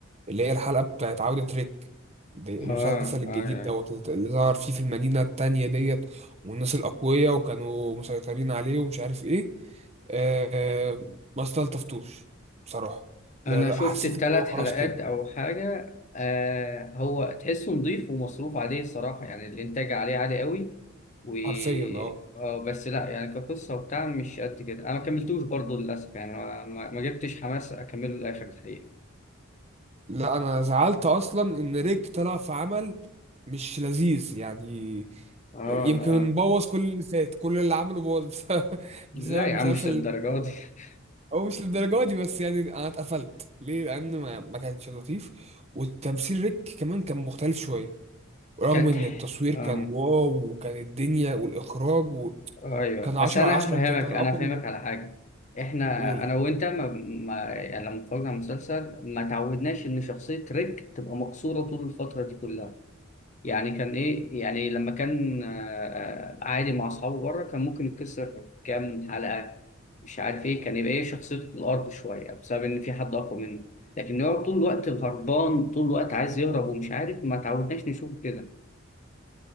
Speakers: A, on the right; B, on the left.
A: اللي هي الحلقة بتاعت عودة ريك دي
B: اه
A: المسلسل الجديد
B: آه،
A: دوت اللي ظهر فيه في المدينة التانية ديت والناس الأقوياء وكانوا مسيطرين عليه ومش عارف ايه آه، ما استلطفتوش بصراحة
B: انا
A: لا لا
B: شفت
A: حسيت
B: الثلاث
A: ان هو خلاص
B: حلقات
A: كده
B: او حاجه آه هو تحسه نظيف ومصروف عليه الصراحه يعني الانتاج عليه عالي قوي و
A: حرفيا اه
B: آه بس لا يعني كقصه وبتاع مش قد كده انا ما كملتوش برضه للاسف يعني ما, ما ما جبتش حماس اكمله للاخر الحقيقه
A: لا انا زعلت اصلا ان ريك طلع في عمل مش لذيذ يعني
B: اه
A: يمكن
B: اه
A: بوظ كل اللي فات كل اللي عمله بوظ بسبب, <laughs>
B: لا
A: بسبب المسلسل
B: يا عم مش للدرجه
A: اللي اتفرج.
B: دي <laughs>
A: هو مش للدرجه دي بس يعني انا اتقفلت ليه لان ما, ما كانش لطيف وتمثيل ريك كمان كان مختلف شويه رغم
B: كانت
A: ان التصوير
B: آه.
A: كان واو وكان الدنيا والاخراج وكان
B: ايوه
A: 10
B: بس انا
A: على 10
B: هفهمك
A: يمكن كان
B: انا
A: اقوى
B: هفهمك
A: من
B: على حاجه احنا
A: قول
B: انا وانت ما, ما يعني لما اتفرجنا على المسلسل ما تعودناش ان شخصيه ريك تبقى مقصوره طول الفتره دي كلها يعني كان ايه يعني لما كان آه، آه، عادي مع اصحابه بره كان ممكن يتكسر كام حلقه مش عارف ايه كان يبقى ايه شخصيته في الارض شويه بسبب ان في حد اقوى منه لكن هو طول الوقت هربان طول الوقت عايز يهرب ومش عارف ما تعودناش نشوفه كده